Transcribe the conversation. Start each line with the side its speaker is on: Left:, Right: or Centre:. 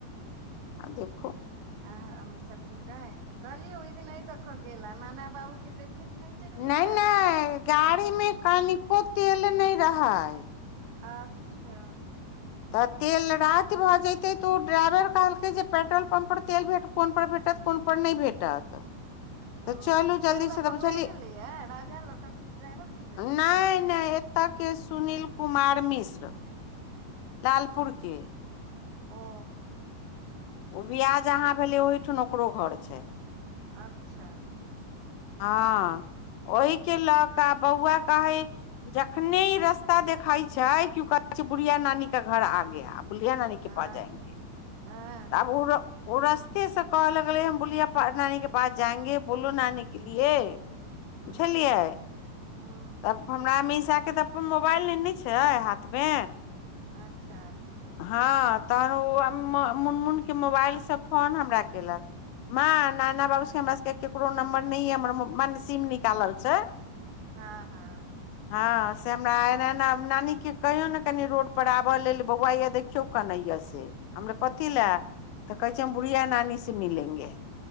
Left: अ देखू
Right: आ अी <unintelligible> सब ठीके कहलियै ओहि दिन अ देख गेल आ नाना बाबू के देखैत नहि चलि जैता
Left: नहि नहि गाड़ी मे कनिको तेल नहि रहै,
Right: अच्छा
Left: तऽ तेल रात भऽ जतै तऽ ओ ड्राइवर कहलकै जे पेट्रोल पम्प पर तेल कोन पर भेटत। कोन प नहि भेटत
Right: ह
Left: चलू
Right: तऽ
Left: जल्दी
Right: तेल लऽ
Left: से तऽ
Right: कऽ
Left: बुझलियै
Right: उएह गेलैए राजा लऽ क कि ड्राइवर भेजलियै
Left: नहि नहि एतऽ के सुनील कुमार मिश्र लालपुर
Right: अच्छा
Left: के
Right: ओ
Left: ओ बियाह जहाँ भेले ओहिठुन ओकरो घर छै
Right: अच्छा
Left: हँ ओहिके लऽ कऽ बौआ काहे जखने ई रस्ता देखई छै क्यू कहै छै बुढ़िया नानी के घर आ गया अब बुलिया नानी के
Right: आ
Left: पास जाएंगे
Right: हँ
Left: तब ओ रस्ते से कहऽ लगलेै बोलिए नानी के पास जायएंगे बोलो नानी के लिए
Right: हूँ
Left: बुझलियै
Right: हूँ
Left: तब हमरा मिसाके तऽ अपन मोबाइल नेने छै हाथमे
Right: अच्छा
Left: हँ तहन ओ मूनमुनके मोबाइल सँ फोन हमरा केलक मा नाना बाबू से हमरा सबके केकरो नम्बर नहि हमर मने सिम निकालल छै
Right: हँ हँ
Left: हँ से हमरा एना एना नानी के कहियो ने कनि रोड पर आबल लेल बौआ य देखयो चौका नहिये से हमरा कथी
Right: हूँ
Left: लए तऽ कहै छै हम बुढ़िया नानी से मिलेंगे